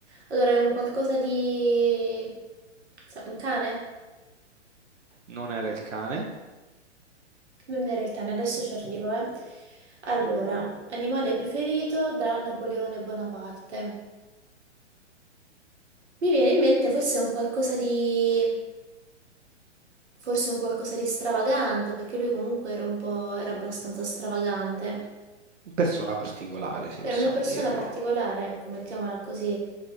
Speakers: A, on the right; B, on the right.
A: Allora, è un qualcosa di... sa- Un cane?
B: non era il cane.
A: Non era il cane, adesso ci arrivo, eh. Allora, animale preferito da Napoleone Bonaparte. Mi viene in mente forse un qualcosa di... forse un qualcosa di stravagante, perché lui comunque era un po'... era abbastanza stravagante.
B: Persona particolare, se
A: Era
B: possiamo
A: una persona
B: dirlo.
A: particolare, ecco, mettiamola così.